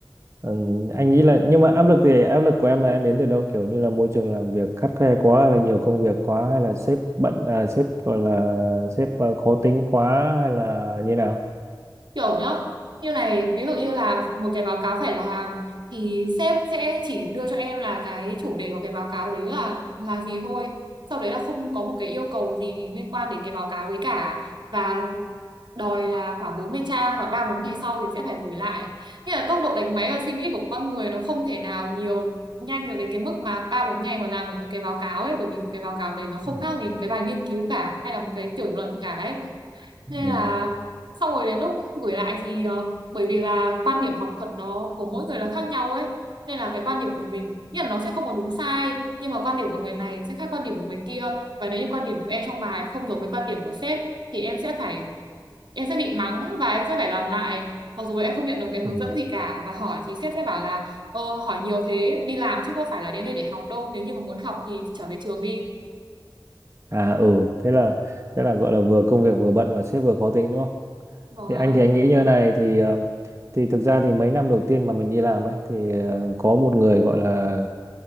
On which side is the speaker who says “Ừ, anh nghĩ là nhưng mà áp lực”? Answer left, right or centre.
Right